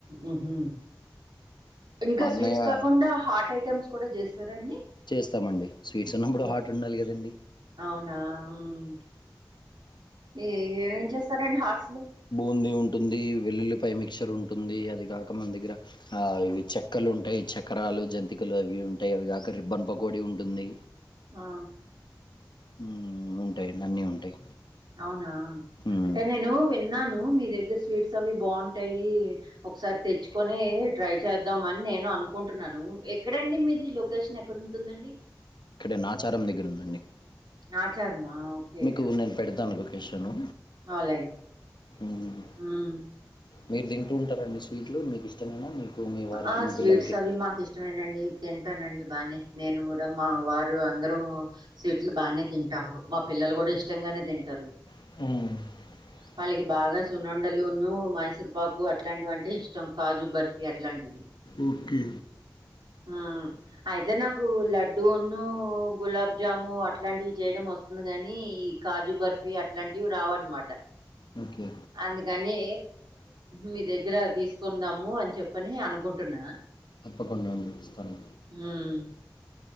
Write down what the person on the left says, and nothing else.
మా అన్నయ్య
చేస్తామండి స్వీట్స్ ఉన్నప్పుడు
హాట్ ఉండాలి కదండీ
బూంది ఉంటుంది వెల్లుల్లి పయ్ మిక్చర్ ఉంటుంది అది కాక మన దగ్గర ఆ ఇవి చెక్కెలు ఉంటాయి చక్రలు జంతికలు అవి ఉంటాయి అవి కాక రిబ్బన్ పకోడి ఉంటుంది
మ్ ఉంటాయి అన్నీ ఉంటాయి
మ్మ్
ఇక్కడే నాచారం దగ్గరూందండి
మీకు నేను పెడుతాను లొకేషను
మ్మ్
మీరు తింటూ ఉంటారండి స్వీట్లు మీకు ఇష్టమైన మీకు మీ వారికి
మీ
పిల్లలకి
మ్
ఓకే
ఓకే
తప్పకుండా అండి ఇస్తాను